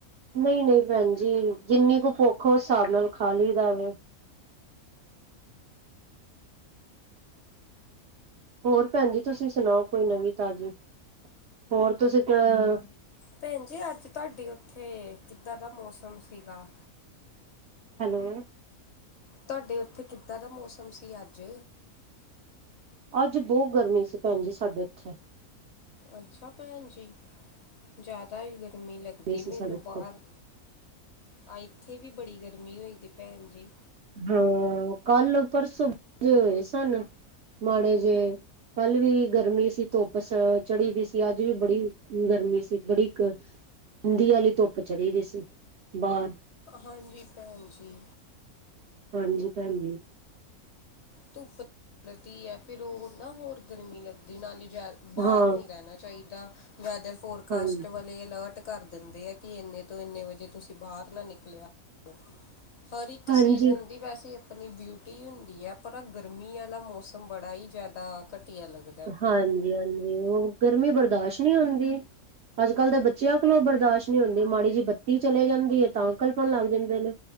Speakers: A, on the right (about 65°); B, on the left (about 50°).
A: ਨਈ-ਨਈ ਭੈਣਜੀ ਜਿੰਨੀ ਕੁ ਭੁੱਖ ਉਸ ਹਿਸਾਬ ਨਾਲ ਖਾ ਲਈਦਾ ਵੇ। ਹੋਰ ਭੈਣ ਜੀ ਤੁਸੀਂ ਸੁਣਾਓ ਕੋਈ ਨਵੀਂ ਤਾਜ਼ੀ ਹੋਰ ਤੁਸੀਂ ਕ
B: ਭੈਣ ਜੀ ਅੱਜ ਤੁਹਾਡੀੇ ਉੱਥੇ ਕਿੱਦਾਂ ਦਾ ਮੌਸਮ ਸੀਗਾ?
A: ਹੈਲੋ!
B: ਤੁਹਾਡੇ ਉੱਥੇ ਕਿੱਦਾਂ ਦਾ ਮੌਸਮ ਸੀ ਅੱਜ?
A: ਅੱਜ ਬੋ ਗਰਮੀ ਸੀ ਭੈਣ ਜੀ ਸਾਡੇ ਇੱਥੇ।
B: ਅੱਛਾ ਭੈਣ ਜੀ ਜਾਦਾ ਈ ਗਰਮੀ ਲੱ ਦੀ
A: ਸੀ
B: ਮੈਨੂੰ
A: ਸਾਡੇ ਇੱਥੇ।
B: ਬਾਰ ਆ ਇੱਥੇ ਵੀ ਬੜੀ ਗਰਮੀ ਹੋਈ ਦੀ ਭੈਣ ਜੀ।
A: ਹਾਂ ਕੱਲ ਪਰਸੋਂ ਜੇ ਹੋਏ ਸਨ ਮਾੜੇ ਜੇ ਕੱਲ੍ਹ ਵੀ ਗਰਮੀ ਸੀ ਧੁੱਪ ਸ ਚੜੀ ਦੀ ਸੀ ਅੱਜ ਵੀ ਬੜੀ ਗਰਮੀ ਸੀ ਬੜੀ ਕ <unintelligible> ਆਲੀ ਧੁੱਪ ਚੜੀ ਦੀ ਸੀ ਬਾਰ।
B: ਹਾਂਜੀ ਭੈਣ ਜੀ।
A: ਹਾਂਜੀ ਭੈਣ ਜੀ।
B: ਧੁੱਪ <unintelligible> ਐ ਫੇਰ ਓ ਨਾ ਹੋਰ ਗਰਮੀ ਲੱਗਦੀ ਨਾਲੇ ਜੈ ਬਾਰ
A: ਹਾਂ
B: ਨੀ ਰੈਣਾ ਚਾਈਦਾ ਵੈਦਰ ਫੋਰਕਾਸਟ
A: ਹਾਂਜੀ
B: ਵ ਲੇ ਅਲਰਟ ਕਰ ਦਿੰਦੇ ਆ ਕੀ ਏਨੇ ਤੋਂ ਏਨੇ ਵਜੇ ਤੁਸੀਂ ਬਾਰ ਨਾ ਨਿਕਲਿਆ <unintelligible> ਹਰ ਇੱਕ
A: ਹਾਂਜੀ
B: ਸੀਜ਼ਨ ਦੀ ਵੈਸੇ ਆਪਣੀ ਬਿਊਟੀ ਹੁੰਦੀ ਆ। ਪਰ ਆ ਗਰਮੀ ਆਲਾ ਮੌਸਮ ਬੜਾ ਈ ਜਾਦਾ ਘਟੀਆ ਲੱਗ
A: ਹਾਂਜੀ- ਹਾਂਜੀ ਓ ਗਰਮੀ ਬਰਦਾਸ਼ ਨੀ ਹੁੰਦੀ ਅੱਜ ਕੱਲ ਦੇ ਬ ਚਿਆਂ ਕੋਲੋਂ ਬਰਦਾਸ਼ ਨੀ ਹੁੰਦੀ ਮਾੜੀ ਜੀ ਬੱਤੀ ਚਲੇ ਜਾਂਦੀ ਐ ਤਾਂ ਕਲਪਣ ਲੱਗ ਜਾਂਦੇ ਨੇ।